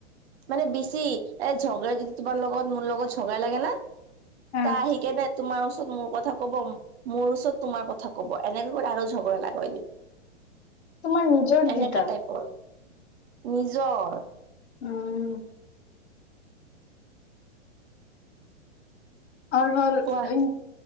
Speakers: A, on the right (about 60°); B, on the left (about 65°).
A: মানে বেছি এ ঝগাই যদি তোমাৰ লগত মোৰ লগত ঝগৰা লাগে না
B: উম,
A: তাই আহি কেনে তোমাৰ ওচৰত মোৰ কথা কব, মোৰ ওচৰত তোমাৰ কথা কব এনেক আৰু ঝগৰা লগাই দিয়ে,
B: তোমাৰ নিজৰ গীতা।
A: এনেকা টাইপৰ। নিজৰ
B: উম। হল হল
A: কোৱা
B: ইন